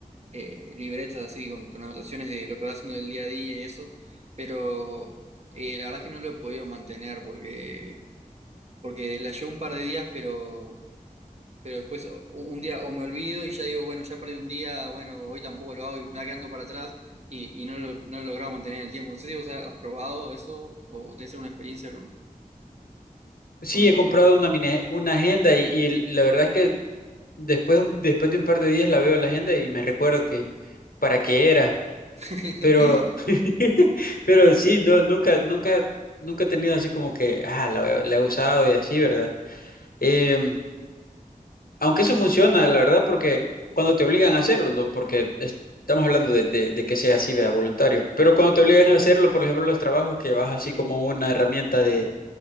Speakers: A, on the right; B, on the left.
A: eh, libretas así, con, con anotaciones de lo que va haciendo del día a día y eso. Pero eh, la verdad es que no lo he podido mantener porque, porque la llevo un par de días, pero, pero después o- un día o me olvido y ya digo, bueno, ya perdí un día, bueno, hoy tampoco lo hago y me va quedando para atrás y, y no lo, no he logrado mantener el tiempo. No sé si vos has probado eso o tenés alguna experiencia con...
B: Sí,
A: con,
B: he
A: con...
B: comprado una mini- una agenda y, y la verdad es que después después de un par de días la veo en la agenda y me recuerdo que para qué era.
A: <laughs>
B: Pero, <laughs> pero sí, no, nunca, nunca, nunca he tenido así como que, ah, la, he la he usado y así, ¿verdad? Em, aunque eso funciona, la verdad, porque cuando te obligan a hacerlo, ¿no? Porque es- estamos hablando de, de- de que sea así, vea, voluntario. Pero cuando te obligan a hacerlo, por ejemplo, los trabajos que vas así como una herramienta de,